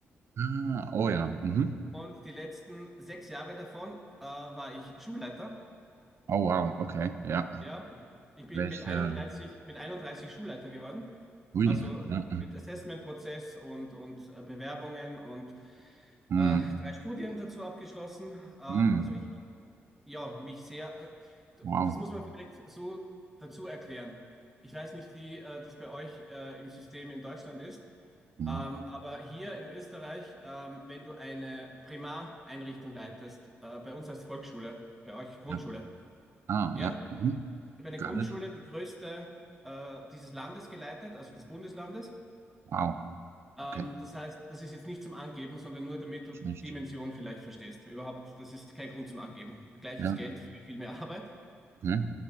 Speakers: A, on the right (about 60°); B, in the centre.
A: Ah, oh ja. Mhm.
B: und die letzten sechs Jahre davon äh, war ich Schulleiter.
A: Oh wow, okay, ja.
B: Ja, ich bin
A: Welche?
B: mit einunddreißig mit einunddreißig Schulleiter geworden.
A: Ui,
B: Also
A: ja.
B: mit Assessment-Prozess und, und äh, Bewerbungen und
A: Mhm.
B: äh, drei Studien dazu abgeschlossen. Ähm,
A: Mhm.
B: also ich ja, mich sehr, äh,
A: Wow.
B: das muss man vielleicht so dazu erklären. Ich weiß nicht, wie äh, das bei euch äh, im System in Deutschland ist,
A: Mhm.
B: ähm, aber hier in Österreich, ähm, wenn du eine Primareinrichtung leitest, äh, bei uns heißt Volksschule, bei euch Grundschule,
A: Ja. Ah,
B: ja?
A: ja. Mhm.
B: Ich habe eine
A: Got
B: Grundschule,
A: it.
B: die größte äh, dieses Landes geleitet, also des Bundeslandes.
A: Wow.
B: Ähm,
A: Okay.
B: das heißt, das ist jetzt nicht zum Angeben, sondern nur damit du
A: Schlecht.
B: die Dimension vielleicht verstehst. Überhaupt, das ist kein Grund zum Angeben. Gleiches
A: Ja,
B: Geld für viel mehr Arbeit.
A: okay.